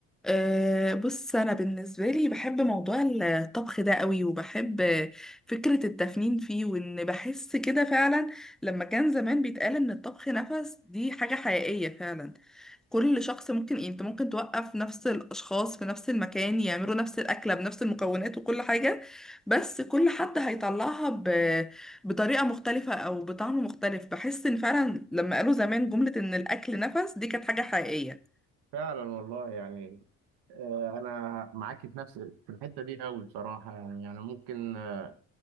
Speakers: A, in the centre; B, on the right (about 65°).
A: أه بص أنا بالنسبة لي بحب موضوع الطبخ ده قوي وبحب فكرة التفنين فيه وإن بحس كده فعلا لما كان زمان بيتقال إن الطبخ نفس دي حاجة حقيقية فعلا كل شخص ممكن يعني أنت ممكن توقف نفس الأشخاص في نفس المكان يعملوا نفس الأكلة بنفس المكونات وكل حاجة بس كل حد هيطلعها ب... بطريقة مختلفة أو بطعم مختلف بحس إن فعلا لما قالوا زمان جملة إن الأكل نفس دي كانت حاجة حقيقية
B: فعلا والله يعني آه، انا معاكي في نفس في الحته دي قوي بصراحه يعني يعني ممكن آه،